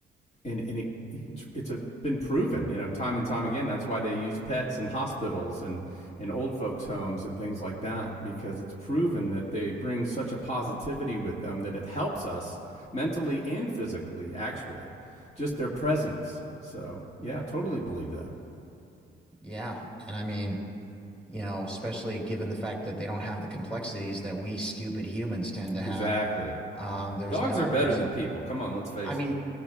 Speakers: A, on the left (about 35°); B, in the centre.
A: and and it it's a, been proven, you know, time and time again. That's why they use pets in hospitals and in old folks' homes and things like that, because it's proven that they bring such a positivity with them that it helps us mentally and physically, actually, just their presence. So, yeah, I totally believe that.
B: Yeah, and I mean, you know, especially given the fact that they don't have the complexities that we stupid humans tend to have.
A: Exactly.
B: Um, there's
A: Dogs
B: no,
A: are better
B: there's,
A: than people. Come on, let's face
B: I mean,